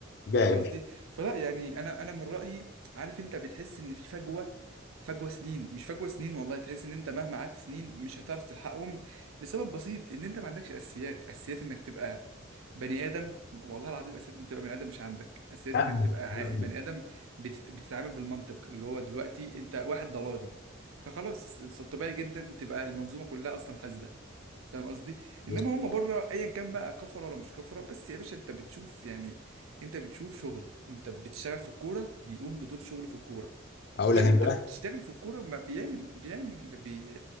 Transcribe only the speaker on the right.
فاهم
قصدي فلا يعني انا انا من رايي عارف انت بتحس ان في فجوه فجوه سنين مش فجوه سنين والله تحس ان انت مهما قعدت سنين مش هتعرف تلحقهم لسبب بسيط ان انت ما عندكش اساسيات اساسيات انك تبقى بني ادم والله العظيم اساسيات انك تبقى بني ادم مش عندك اساسيات
انك
تبقى
عاقل
بني ادم بتت... بتتعامل بالمنطق اللي هو دلوقتي انت واحد ضلالي فخلاص طبيعي جدا تبقى المنظومه كلها اصلا فاسده فاهم قصدي انما
هم بره ايا كان بقى كفره ولا مش كفره بس يا باشا انت بتشوف يعني انت بتشوف شغل انت بتشتغل في الكوره بيقوم بدور شغله في الكوره
هنا
انت بتشتغل في الكوره ما بيعمل بيعمل بي